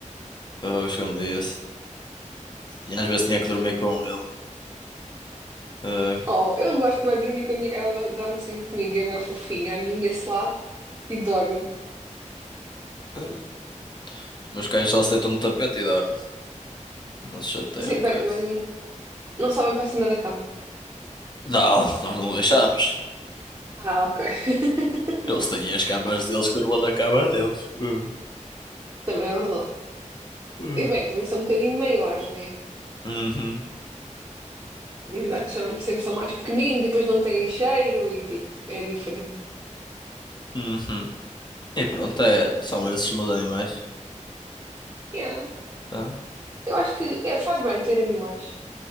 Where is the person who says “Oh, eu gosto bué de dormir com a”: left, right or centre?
Right